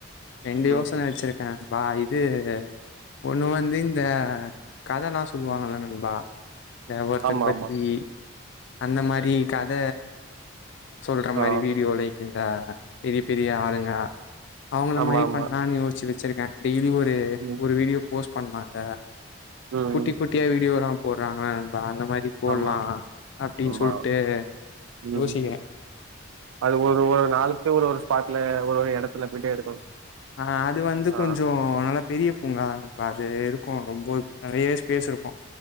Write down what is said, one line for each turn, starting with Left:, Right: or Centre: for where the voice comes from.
Left: ரெண்டு
Right: ம்
Left: யோசன வெச்சிருக்கே நண்பா இது ஒண்ணு வந்து இந்த கதல்லா சொல்வாங்கள
Right: ம்
Left: நண்பா <unintelligible> ஒர்த்தர்
Right: ஆமா
Left: பத்தி
Right: ஆமா
Left: அந்த மாரி கத சொல்ற மாரி
Right: ஆ
Left: வீ உலைக்கின்ற பெரிய பெரிய ஆளுங்குளா அவங்ள
Right: ஆமா
Left: மாரி
Right: ஆமா
Left: பண்லான்னு யோசுச்சு வெச்சிரு டெய்லி ஒரு து
Right: ம்
Left: ஒரு வீடியோ போஸ்ட் பண்றாங்க
Right: ம்
Left: குட்டி
Right: ம்
Left: குட்டியா வீடியோதா போடுறாங்கல்ல நண்பா அந்த மாரி போடலா
Right: ஆமா
Left: அப்டின்
Right: ஆமா
Left: சொல்ட்டு
Right: ம்
Left: யோசிக்கிறே
Right: அது ஒரு ஒரு நாளுக்கு ஒரு ஒரு ஸ்பாட்ல ஒரு ஒரு எடத்துல போய்ட்டு எடுக்கணு
Left: ஆ அது வந்து
Right: ஆஹ்
Left: கொஞ்சோ நல்லா பெரிய பூங்கா தா அது இருக்கு ரொம்ப நெறைய ஸ்பேஸ் இருக்கு